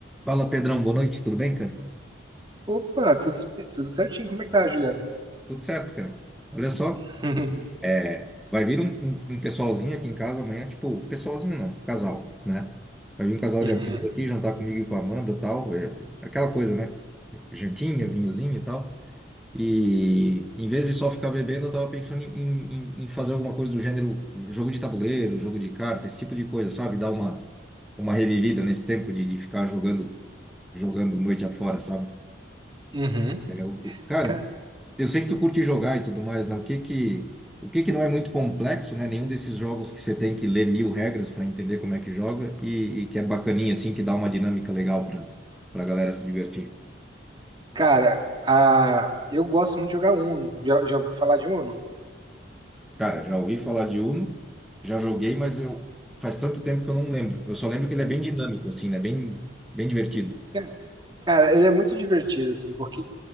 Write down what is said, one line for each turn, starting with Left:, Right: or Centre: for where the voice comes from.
Centre: Fala, Pedrão, boa noite, tudo bem, cara?
Right: Opa, tudo, tudo certinho. Como é que tá, Juliano?
Centre: Tudo certo, cara. Olha só,
Right: <laughs>
Centre: é, vai vir um, um- um pessoalzinho aqui em casa amanhã, tipo, pessoalzinho não, casal, né? Vai vir um casal
Right: Uhum,
Centre: de amigos aqui jantar comigo e com a Amanda e tal, é, aquela coisa, né? Jantinha, vinhozinho e tal. E em vez de só ficar bebendo, eu tava pensando em, em- em- em fazer alguma coisa do gênero jogo de tabuleiro, jogo de carta, esse tipo de coisa, sabe? Dar uma, uma revivida nesse tempo de, de ficar jogando, jogando noite afora, sabe?
Right: uhum.
Centre: É, o- cara,
Right: Ca-
Centre: eu sei que tu curte jogar e tudo mais, né? O que que, o que que não é muito complexo, né? Nenhum desses jogos que você tem que ler mil regras para entender como é que joga e, e que é bacaninha, assim, que dá uma dinâmica legal para para a galera se divertir.
Right: Cara, a, eu gosto muito de jogar Uno. Já, já ouviu falar de Uno?
Centre: Cara, já ouvi falar de Uno, já joguei, mas eu faz tanto tempo que eu não lembro. Eu só lembro que ele é bem dinâmico, assim, né? Bem, bem divertido.
Right: Cara, cara, ele é muito divertido, assim, porque